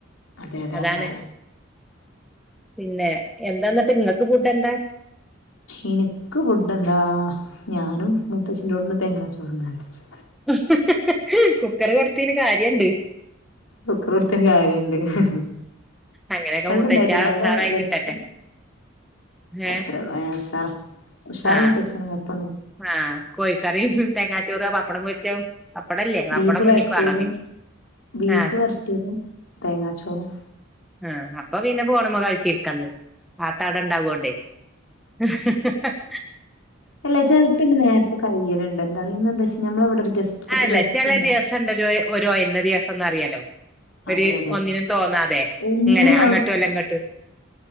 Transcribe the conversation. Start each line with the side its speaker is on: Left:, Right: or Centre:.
Left: അതെ അതെ
Centre: അതാണ്
Left: ഉണ്ടാവും
Centre: പിന്നെ എന്താന്നിട്ട് ങ്ങക്ക് ഫുഡെന്താ
Left: എനക്ക് ഫുഡെന്താ ഞാനും മൂത്തശ്ശിൻ്റോടുന്ന് തേങ്ങാ ചോറ് കഴിച്ചു
Centre: ഹ്ഹ്ഹ്ഹ്ഹ് കുക്കർ കൊടുത്തീന് കാര്യണ്ട്
Left: കുക്കർ കൊടുത്തെന് കാര്യണ്ട് ഹ്
Centre: അങ്ങനെയൊക്കെ
Left: അതൊന്നുണ്ടായിട്ടില്ല
Centre: മൂത്തച്ഛാ
Left: അവിടെ
Centre: ഉസാറായി
Left: ഗസ്റ്റ്
Centre: കിട്ടട്ടെ ഏഹ്
Left: അത്രേള് ഉഷാറാ ഉഷാറ്
Centre: ആഹ്
Left: മുത്തച്ചന് <unintelligible>
Centre: ആഹ് കോയ് കറീം തേങ്ങാ ചോറുവ പപ്പടം പൊരിച്ചതും പപ്പടല്ലേ
Left: ബീഫ്
Centre: പപ്പടം മുന്നിക്ക്
Left: വരട്ടിയതും
Centre: വേണം ഇതിന്
Left: ബീഫ്
Centre: ആഹ്
Left: വരട്ടിയതും തേങ്ങാച്ചോറും
Centre: ആഹ് അപ്പൊ പിന്നെ ഫോണുമേ കഴിച്ചിരിക്കന്ന് ആത്താടണ്ടാവോണ്ടേ ഹ്ഹഹഹ
Left: അല്ലാ ചിലപ്പിന്റെ നേരത്തെ കയ്യലുണ്ട് എന്താ അറിയോ ഇന്നെന്താച്ച ഞമ്മളിവിടൊരു ഗസ്റ്റ് കൊറച്ച്
Centre: അതല്ല
Left: ഗസ്റ്റ്
Centre: ചെല
Left: ഉണ്ട്
Centre: ദിവസണ്ടൊരു ഒരു ഒയന്ന ദിവസന്ന്റിയലോ ഒര്
Left: അതെ അതെ
Centre: ഒന്നിനും തോന്നാതെ
Left: ഒന്നിന്
Centre: ഇങ്ങനെ
Left: നോ
Centre: അങ്ങട്ടുവല്ല ങ്ങട്ടുവല്ല